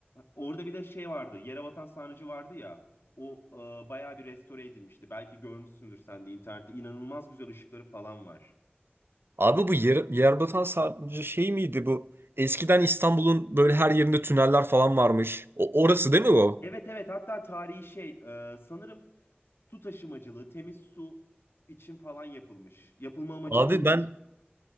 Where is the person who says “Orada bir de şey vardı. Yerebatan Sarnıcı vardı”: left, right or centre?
Left